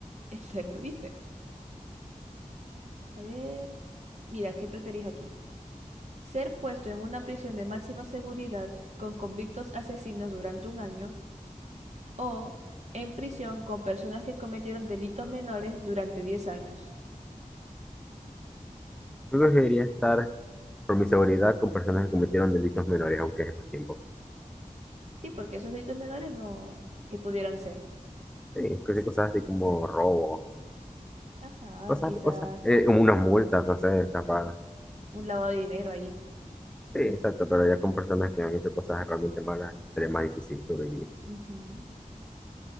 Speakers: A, on the right; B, in the centre.
A: <laughs> Exacto, ¿viste? A ver. Mira, ¿qué preferís aquí? ¿Ser puesto en una prisión de máxima seguridad con convictos asesinos durante un año o en prisión con personas que cometieron delitos menores durante 10 años?
B: Yo preferiría estar, por mi seguridad, con personas que cometieron delitos menores, aunque es más tiempo.
A: Sí, porque esos delitos menores no, que pudieran ser.
B: Sí, cosas cosas así como robo,
A: Ajá,
B: cosas,
A: quizá
B: cosas, eh, como unas multas, no sé, capaz.
A: un lavado de dinero ahí.
B: Sí, exacto, pero ya con personas que han hecho cosas realmente malas sería más difícil sobrevivir.
A: Ujú,